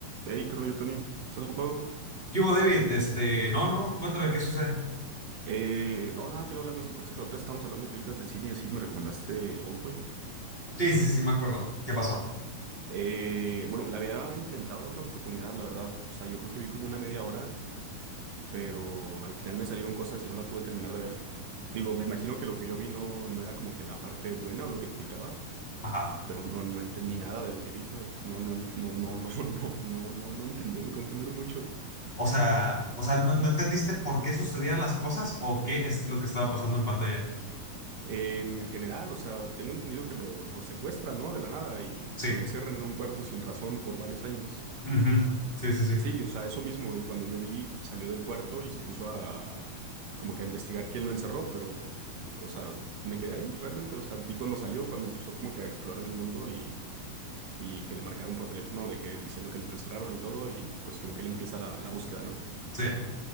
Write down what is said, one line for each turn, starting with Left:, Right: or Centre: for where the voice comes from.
Right: Hey, ¿qué rollo, Tony? ¿Estás ocupado?
Left: ¿Qué hubo, David? Este, no, no, cuéntame qué sucede.
Right: Eh, no, nada, te iba a hablar, ¿no te acuerdas que la otra vez estábamos hablando de películas de cine y así me recomendaste Oldboy?
Left: Sí, sí, sí, me acuerdo. ¿Qué pasó?
Right: Eh, bueno, le había intentado dar una oportunidad, la verdad. O sea, yo creo que vi como una media hora, pero al final me salieron cosas y no la pude terminar de ver. Digo, me imagino que lo que yo vi no, no era como que la parte buena o lo que te picaba,
Left: Ajá.
Right: pero no, no entendí nada de lo que vi, ¿sabes? No, no, ent- no, no, no, <laughs> no, no, no, no entendí, me confundieron mucho.
Left: O sea, o sea, ¿no, no entendiste por qué sucedían las cosas o qué es lo que estaba pasando en pantalla?
Right: En general, o sea, tengo entendido que lo, lo secuestran, ¿no? De la nada y
Left: Sí.
Right: lo encierran en un cuarto sin razón por varios años.
Left: Ujú. Sí, sí, sí.
Right: Sí, o sea, eso mismo. Y cuando yo vi, salió del cuarto y se puso a como que a investigar quién lo encerró, pero, o sea, me quedé ahí realmente. O sea, vi cuando salió, cuando empezó como que a explorar el mundo y, y que le marcaron por teléfono de que diciendo que lo encerraron y todo, y pues como que él empieza la, la búsqueda, ¿no?
Left: Sí.